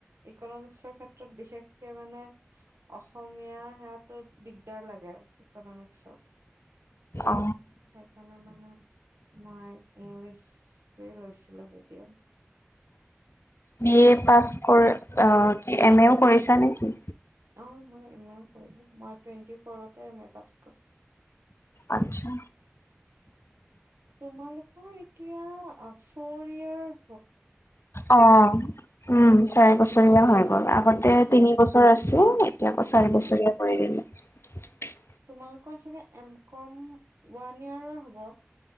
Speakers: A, on the right; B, on the left.
A: ইকনমিক্সৰ ক্ষেত্ৰত বিশেষকে মানে অসমীয়া সেয়াটো দিগদাৰ লাগে ইকনমিক্সত।
B: অ
A: সেইকাৰণে মানে মই ইংলিছটোৱে লৈছিলো বে এতিয়া
B: বি এ পাছ কৰি কি এম এও কৰিছা নেকি?
A: অ মই এম এ ও কৰিলোঁ, মই টুৱেণ্টি ফৰতে এম এ পাছ কৰা।
B: আচ্ছা
A: তোমালোকৰ এতিয়া ফৰ ইয়াৰ
B: অ, উম, চাৰি বছৰ ৰীয়া হৈ গ'ল আগতে
A: উম,
B: তিনি বছৰ আছিল এতিয়া আকৌ চাৰি
A: উম,
B: বছৰীয়া কৰি দিলে। <unintelligible>
A: তোমালোকৰ চাগে এম কম ওৱান ইয়েৰৰ হ'ব।